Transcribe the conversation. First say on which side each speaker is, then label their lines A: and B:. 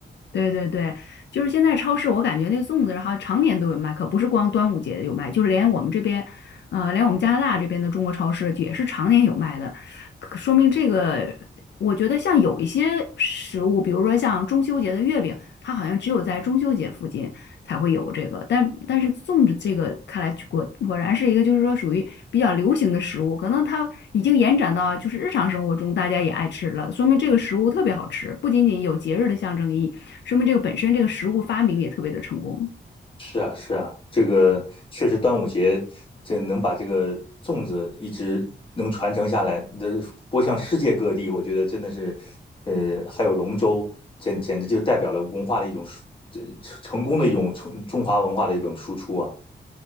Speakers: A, on the left (about 70°); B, on the left (about 30°).
A: 对对对，就是现在超市，我感觉那粽子，然后常年都有卖，可不是光端午节有卖，就是连我们这边，呃，连我们加拿大这边的中国超市也是常年有卖的，可说明这个，我觉得像有一些食物，比如说像中秋节的月饼，它好像只有在中秋节附近，才会有这个。但但是粽子这个看来果果然是一个就是说属于比较流行的食物，可能它已经延展到就是日常生活中大家也爱吃了，说明这个食物特别好吃，不仅仅有节日的象征意义，说明这个本身这个食物发明也特别的成功。
B: 是啊，是啊，这个确实端午节这能把这个粽子一直能传承下来，这播向世界各地，我觉得真的是，呃，还有龙舟，简简直就代表了文化的一种输这成功的一种中中华文化的一种输出啊。